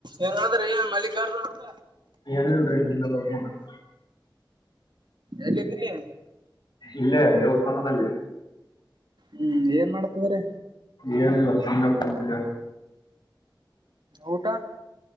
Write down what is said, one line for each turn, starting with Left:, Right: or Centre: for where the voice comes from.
Right: ಏನ್ ನಡದದ್ರೀ ಮಲ್ಲಿಕಾರ್ಜುನ ಅವ್ರ.
Left: ಏನಿಲ್ರಿ ಇಲ್ಲೇ ಹೋಗ್ ನೋಡ್ರಿ
Right: ಎಲ್ಲಿದ್ರಿ?
Left: ಇಲ್ಲೇ ದೇವಸ್ಥಾನದಲ್ಲಿ.
Right: ಹ್ಮ್ ಏನ್ ಮಾಡ್ತಿದ್ರಿ.
Left: ಏನಿಲ್ಲ ಸುಮ್ಮ್ನೆ ಕುಂತಿದ್ದೆ.
Right: ಊಟಾ?